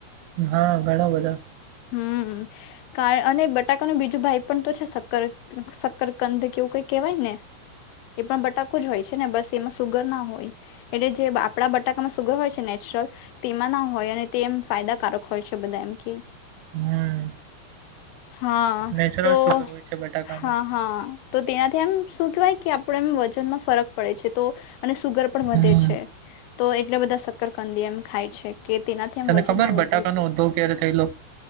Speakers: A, on the right; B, on the left.
A: હા ઘણા બધા
B: હમ્મ, કાર અને બટાકાનો બીજું ભાઈ પણ તો છે શક્કર શક્કરકંદ કેવું કઈ કેહેવાય ને એ પણ બટાકો જ હોય છે ને બસ એમાં સુગર ના હોય, એટલે જે આપડા બટાકામાં સુગર હોય છે નેચરલ તેમાં ના હોય અને તે એમ ફાયદાકારક હોય છે બધા એમ કેય
A: હમ
B: હા,
A: નેચરલ
B: તો,
A: સુગર હોય છે બટાકામાં
B: હા, હા તો, તેનાથી એમ શું કહેવાય કે આપડે એમ વજનમાં ફરક પડે છે તો અને સુગર પણ
A: હમ
B: વધે છે, તો એટલા બધા સ કરકંદિયમ ખાય છે કે તેનાથી એમ
A: તને
B: વજન
A: ખબર
B: ના
A: બટાકાનો
B: વધે એટલે
A: ઉદભવ ક્યારે થયલો